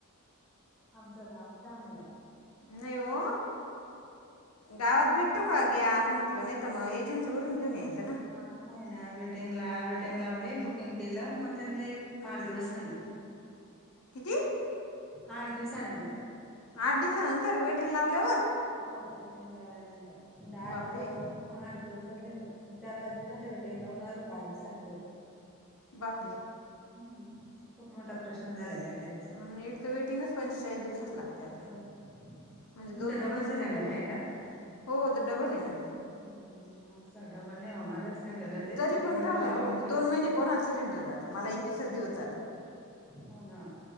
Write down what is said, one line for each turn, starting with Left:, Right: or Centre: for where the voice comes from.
Centre: आमचं गाव दामण गाव.
Left: नाही वो. गावात भेटतो का गॅस म्हटलं नाही त मग एजन्सी वरून घेऊन यायचं ना.
Centre: आ नाही ना. वेटिंग ला वेटिंग लावली. बुकिंग केलं. म त्यांनी- आठ दिवस सांगितले.
Left: किती?
Centre: आठ दिवसानंतर.
Left: आठ दिवसानंतर वेटिंग लावल्यावर?
Centre: हो. वेटिंग लावल्यानंतर म्हणजे आठ-
Left: बापरे
Centre: हं. आठ दिवस झाले बघ. म चार पाच दिवस झाले वाट- -ते लावून आजून पाच दिवसांनी भेटलं.
Left: बापरे!
Centre: हम्म. खूप मोठा प्रश्न झालेला ए गॅसचा.
Left: आणि एक तर वेटिंगच पंचेचाळीस दिवसात लागतय आता.
Centre: असं
Left: म्हणजे
Centre: तुमचा
Left: दोन महिने
Centre: डबल सिलेंडर
Left: सिलेंड-
Centre: आहे का?
Left: हो. त डबल आहे ना.
Centre: हम्म. म आमचा डबल नाही. माझा सिंगलच ए.
Left: तरी
Centre: त्याच्यामुळे
Left: पण राहू
Centre: प्रॉब्लेम
Left: द्या हो
Centre: येतोय.
Left: दोन महिने कोणाला सिलेंडर जात? मला एकविसच दिवस -
Centre: हो ना.